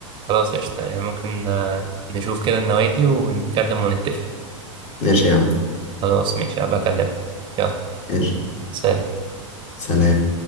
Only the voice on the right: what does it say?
خلاص قشطة يعني ممكن آه، نشوف كده النوادي ونتكلم ونتفق
خلاص ماشي هبقى أكلمك يلا
سلام